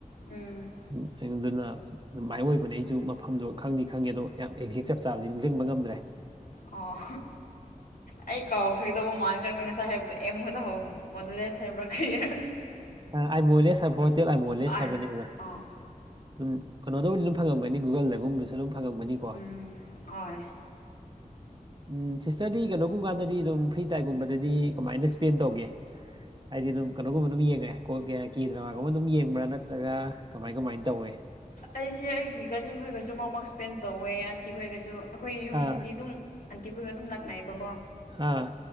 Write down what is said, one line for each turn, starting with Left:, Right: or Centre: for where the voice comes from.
Left: ꯎꯝ
Right: ꯎ ꯑꯗꯨꯅ ꯑꯗꯨ ꯃꯥꯏ ꯑꯣꯏꯕꯅꯦ ꯑꯩꯁꯨ ꯃꯐꯝꯗꯣ ꯈꯪꯗꯤ ꯈꯪꯉꯦ ꯑꯗꯣ ꯌꯥꯝ ꯑꯦꯛꯖꯦꯛ ꯆꯞ ꯆꯥꯕꯗꯤ ꯅꯤꯡꯁꯤꯡꯕ ꯉꯝꯗ꯭ꯔꯦ
Left: ꯑꯣ ꯑꯩ ꯀꯥꯎꯈ꯭ꯔꯒꯦꯗꯧꯕ ꯃꯥꯜꯜꯂꯤ ꯅꯪꯅ ꯉꯁꯥꯏ ꯍꯥꯏ ꯑꯦꯝ ꯈꯛꯇ ꯃꯗꯨꯂꯦꯁ ꯍꯥꯏꯕꯔ ꯀꯔꯤꯌꯔ
Right: ꯑꯥ ꯑꯩ ꯃꯣꯂꯦ ꯁꯕ ꯍꯣꯇꯦꯜ ꯑꯩ ꯃꯣꯂꯦ
Left: ꯑꯥꯏ
Right: ꯁꯕꯅꯤꯅ
Left: ꯑꯣ
Right: ꯎꯝ ꯀꯩꯅꯣꯗꯕꯨꯗꯤ ꯑꯗꯨꯝ ꯐꯪꯉꯝꯒꯅꯤ ꯒꯨꯒꯜꯗꯒꯨꯝꯕꯁꯨ ꯑꯗꯨꯝ ꯐꯪꯉꯝꯒꯅꯤꯀꯣ
Left: ꯎꯝ ꯍꯣꯏ
Right: ꯎꯝ ꯁꯤꯁꯇꯔꯗꯤ ꯀꯩꯅꯣꯒꯨꯝꯕ ꯀꯥꯟꯗꯗꯤ ꯑꯗꯨꯝ ꯐ꯭ꯔꯤ ꯇꯥꯏꯝꯒꯨꯝꯕꯗꯗꯤ ꯀꯃꯥꯏꯅ ꯏꯁꯄꯦꯟ ꯇꯧꯒꯦ ꯍꯥꯏꯗꯤ ꯑꯗꯨꯝ ꯀꯩꯅꯣꯒꯨꯝꯕ ꯑꯗꯨꯝ ꯌꯦꯡꯉꯦ ꯀꯦ ꯗ꯭ꯔꯃꯥꯒꯨꯝꯕ ꯑꯗꯨꯝ ꯌꯦꯡꯕ꯭ꯔꯥ ꯅꯠꯇ꯭ꯔꯒ ꯀꯃꯥꯏ ꯀꯃꯥꯏꯅ ꯇꯧꯏ
Left: ꯑꯩꯁꯦ ꯑꯩꯒꯤ ꯀꯥꯖꯤꯟ ꯈꯣꯏꯒꯁꯨ ꯃꯛ ꯃꯛ ꯁ꯭ꯄꯦꯟ ꯇꯧꯋꯦ ꯑꯟꯇꯤ ꯈꯣꯏꯒꯁꯨ ꯑꯈꯣꯏ ꯌꯨꯝꯁꯤꯗꯤ
Right: ꯑꯥ
Left: ꯑꯗꯨꯝ ꯑꯟꯇꯤ ꯈꯣꯏꯒ ꯑꯗꯨꯝ ꯅꯛꯅꯩꯌꯦꯕꯀꯣ
Right: ꯍꯥ